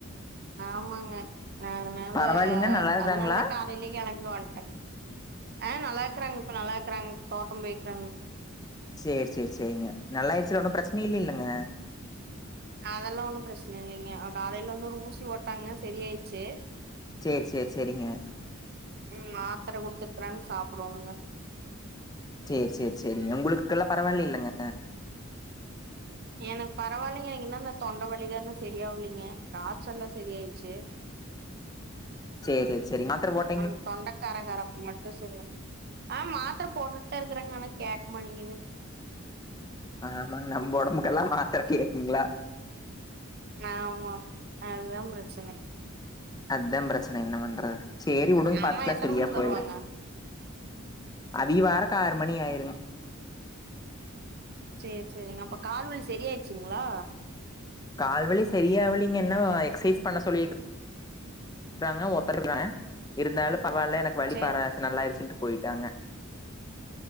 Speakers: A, on the right; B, on the left.
A: ஆமாங்க நா அதனால
B: பரவாயில்லைங்க நல்லா இருக்கறாங்களா
A: அதனாலதா காலையிலேயே கேளம்பி வண்டங்க ஆ நல்லா இருக்கறாங்க இப்ப நல்லா இருக்கறாங்க தோட்டம் போயிருக்காங்க
B: செரி செரி செரிங்க நல்லாயிடுச்சுல ஒன்னு பிரச்சன இல்ல இல்லைங்க
A: அதெல்லா ஒன்னு பிரச்சன இல்லைங்க காலையில வந்து ஒரு ஊசி போட்டாங்க சரிய ஆயிடுச்சு
B: செரி செரி செரிங்க
A: ம் மாத்திர குடுத்துருக்கறாங்க சாப்பிடோணுங்க
B: செரி செரி செரிங்க உங்களுக்கெல்லா பரவால்ல இல்லைங்க
A: எனக்கு பரவாயில்லைங்க இன்னு அந்த தொண்ட வலிதா செரியாகலைங்க காச்சல்லா செரி ஆயிடுச்சு
B: செரி செரிங் மாத்ர போட்
A: ஆ தொண்டக் கர கரப்பு மட்டு அப்பதா சரியாவு ஆ மாத்ர போட்டுட்டுதா இருக்கறேங்க ஆனா கேக்க மாட்டேங்குது
B: ஆமாங்க நம்ம ஒடம்புக்கெல்லா மாத்ர கேக்குங்களா
A: ஆமா அதுதா பிரச்சன
B: அத்தா பிரச்சன என்ன பண்றது சேரி உடுங்க பாத்துகலா
A: அம்மா எத்தன
B: செரியா
A: மணிக்கு
B: போயிரு
A: வருவாங்க
B: அவிய வாரக்கு ஆறு மணி ஆயிருங்க
A: சேரி சேரிங்க அப்ப கால்வலி செரி ஆயிடுச்சுங்களா
B: கால்வலி செரியாவலைங்க இன்னு எக்சசைஸ் பண்ண சொல்லிருக்கு றாங்க ஒத்தருங்க இருந்தாலு பரவாயில்ல எனக்கு வலி
A: சேரி
B: <unintelligible> நல்லாயிருச்சுன்ட்டு போயிட்டாங்க